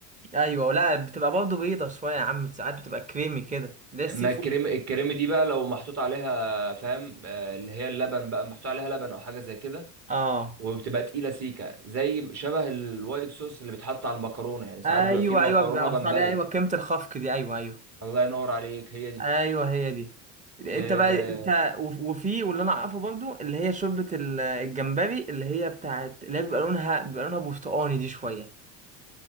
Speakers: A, on the right (about 15°); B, on the right (about 35°).
A: ايوه لا بتبقى برضه بيضه شويه يا عم ساعات بتبقى كريمي كده ليه السي
B: ما
A: فود
B: الكريم الكريم دي بقى لو محطوط عليها فاهم آه، اللي هي اللبن بقى محطوط عليها لبن أو حاجة زي كده
A: اه
B: وبتبقى تقيلة سيكة زي شبه الوايت صوص اللي بيتحط على المكرونة يعني ساعات
A: ايوه
B: بيبقى فيه مكرونة
A: ايوه بيبقى
B: جمبري
A: محطوط عليها ايوه كريمه الخفق دي ايوه ايوه
B: الله ينور عليك هي دي
A: ايوه هي دي انت
B: آه،
A: بقى انت وف- وفي واللي انا اعرفه برضه اللي هي شوربه ال- الجمبري اللي هي بتاعت اللي هي بيبقى لونها بيبقى لونها برتقاني دي شويه